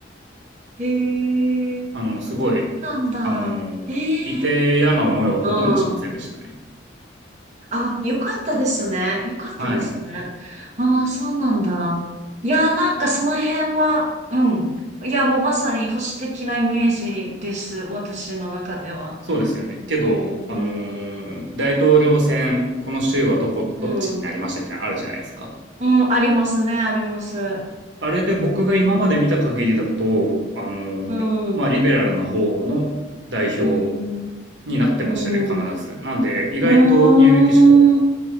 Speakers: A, on the right; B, on the right.
A: へえ。
B: あの、すごい、
A: そうなんだ。
B: あの、
A: へえ。
B: いて嫌な思いはほとんどしませんでしたね。
A: うん。あ、よかったですね。よかったですね。
B: はい。
A: ああ、そうなんだ。いやー、なんかその辺は、うん。いや、もうまさに保守的なイメージです。私の中では。
B: そうですよね。けど、あのー大統領選、
A: うん、
B: この州はどこ、
A: うん。
B: どっちになりましたみたいなのあるじゃないですか。
A: うん、ありますね、あります。
B: あれで僕が今まで見た限りだと、あのーまあ、
A: うん、う
B: リベラルな方の代表
A: ん、
B: になってましたね、
A: うん。
B: 必ず。
A: う
B: なんで、意外とニューメキシコは、
A: ーん、